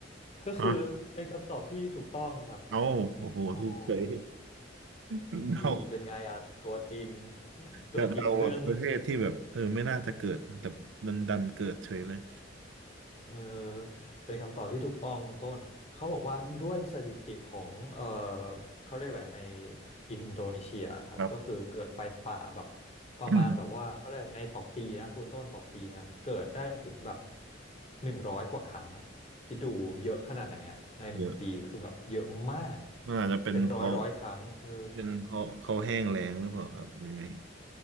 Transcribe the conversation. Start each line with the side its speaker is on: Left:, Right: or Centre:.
Left: ก็คือเป็นคำตอบที่ถูกต้องครับ
Right: ฮะเอาโอ้โหถูกเฉย
Left: โอ้โห
Right: เรา
Left: นี่เป็นไงอะตัวจริงตัวจริงเรื่อง
Right: กะเราแบบประเทศที่แบบเออไม่น่าจะเกิดแต่ดันดันเกิดเฉยเลย
Left: เออเป็นคำตอบที่ถูกต้องคุณต้นเขาบอกว่าด้วยสถิติของเออเขาเรียกอะไรในอินโดนีเซียครับก็คือเกิดไฟป่าแบบ
Right: ครับ
Left: ประมาณแบบว่าเขาเรียกในต่อปีนะคุณต้นต่อปีนะเกิดได้ถึงแบบ
Right: อืม
Left: หนึ่งร้อยกว่าครั้งอะคิดดูเยอะขนาดไหนอะในหนึ่งปีคือแบบเยอะมาก
Right: เยอะมันอาจจะเป็นเพราะ
Left: เป็นร้อยร้อยครั้งเออ
Right: เป็นเพราะเขาแห้งแล้งหรือเปล่าครับหรือไง